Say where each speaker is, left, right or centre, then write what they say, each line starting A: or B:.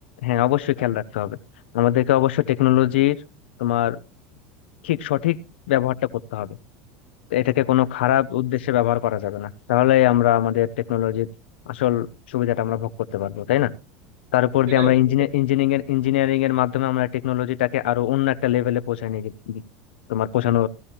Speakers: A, on the left; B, on the right.
A: হ্যাঁ অবশ্যই খেয়াল রাখতে হবে আমাদেরকে অবশ্যই টেকনোলজির তোমার ঠিক সঠিক ব্যবহারটা করতে হবে এটাকে কোনো খারাপ উদ্দেশ্যে ব্যবহার করা যাবে না তাহলে আমরা আমাদের টেকনোলজির আসল সুবিধাটা আমরা ভোগ করতে পারবো তাই না তার উপর
B: সেটাই
A: দিয়ে আমরা
B: বন্ধু সেটাই
A: ইঞ্জিনিয়ারিং এর ইঞ্জিনিয়ারিং এর মাধ্যমে আমরা টেকনোলজিটাকে আরো অন্য একটা লেভেলে পৌঁছায় নিয়ে গেছি- তোমার পৌঁছানো